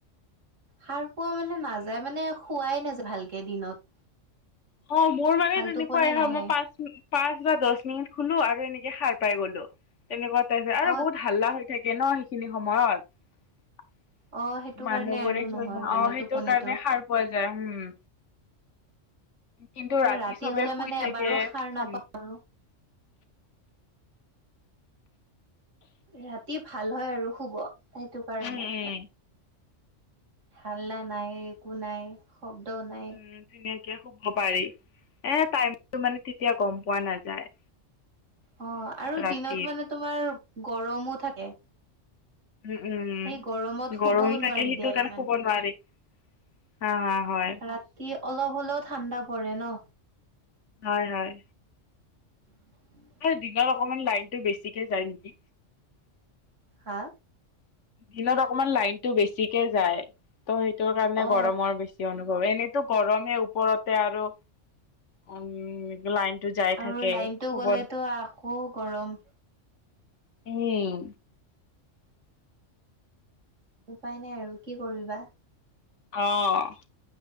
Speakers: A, on the right; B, on the left.
A: সাৰ পোৱা মানে নাযায়, মানে খোৱাই নাযায় ভালকে দিনত।
B: অ' মোৰ মানে
A: ভাল
B: তেনেকুৱাই
A: টোপনি
B: হয়,
A: নাহে
B: মই পাঁচিনি পাঁচ বা দহ মিনিট শুলো, আৰু এনেকে সাৰ পাই গ'লো, তেনেকুৱা টাইপে আৰু
A: অ
B: বহুত হাল্লা হয় থাকে ন সেইখিনি সময়ত।
A: অ সেইটো
B: মানুহবোৰে
A: কাৰণে আৰু
B: কি,
A: নহয়
B: অ'
A: মানে
B: সেইটোৰ
A: টোপনিটো
B: কাৰণে সাৰ পোৱা যায়, উম। কিন্তু
A: এতিয়া
B: ৰাতি চবে
A: হলে
B: শুই
A: মানে
B: থাকে,
A: এবাৰো সাৰ
B: ঠা
A: নাপাওঁ আৰু ৰাতি ভাল হয় আৰু শুব, সেইটো কাৰণে।
B: উম উম।
A: হাল্লা নাই, একো নাই, শব্দও নাই।
B: উম ধুনীয়াকে শুব পাৰি, এ টাইমটো মানে তেতিয়া গম পোৱা নাযায়।
A: অ' আৰু
B: ৰাতিৰ
A: দিনত মানে তোমাৰ গৰমো থাকে।
B: উম উম,
A: সেই গৰমত শুবও
B: গৰম
A: নোৱাৰি
B: থাকে সেইটো
A: দিয়া
B: কাৰণে
A: ইমান
B: শুব নোৱাৰি। হা হা হয়।
A: ৰাতি অলপ হ'লেও ঠাণ্ডা পৰে ন।
B: হয় হয়।
A: <inaudible>
B: দিনত অকমান লাইনতটো বেছিকে যায় নেকি।
A: হা?
B: দিনত অকমান লাইনতটো বেছিকে যায়, ত' সেইটোৰ কাৰণে
A: অ
B: গৰমৰ বেছি কি অনুভৱ, এনেইতো গৰমে ওপৰতে আৰু, উম। লাইনটো যাই
A: আৰু
B: থাকে
A: লাইনতটো
B: শুব
A: গ'লেতো আকৌ গৰম।
B: উম।
A: উপায় নাই আৰু কি কৰিবা।
B: অ',